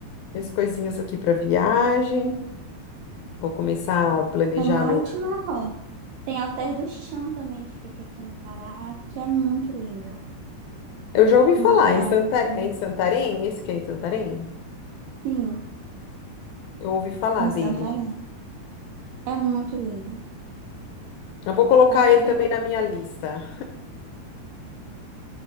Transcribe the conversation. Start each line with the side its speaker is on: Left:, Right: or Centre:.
Left: minhas coisinhas aqui para viagem. Vou começar a planejar
Right: É uma
Left: meu.
Right: ótima rota. Tem Alter do Chão também que fica aqui no Pará, que é muito lindo.
Left: Eu já ouvi
Right: Uma
Left: falar
Right: praia
Left: em Santarém.
Right: assim,
Left: É em Santarém? Esse que é em Santarém?
Right: sim,
Left: Eu ouvi falar
Right: em
Left: dele.
Right: Santarém. É muito lindo.
Left: Eu vou colocar
Right: Vale a
Left: ele
Right: pena.
Left: também na minha lista.